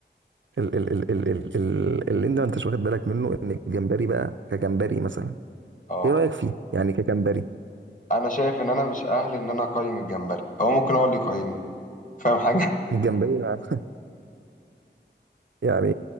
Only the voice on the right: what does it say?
ال ال ال ال ال ال اللي انت ما انتش واخد بالك منه ان الجمبري بقى كجمبري مثلا
ايه رأيك فيه يعني كجمبري
الجمبري ما- <laughs> يعني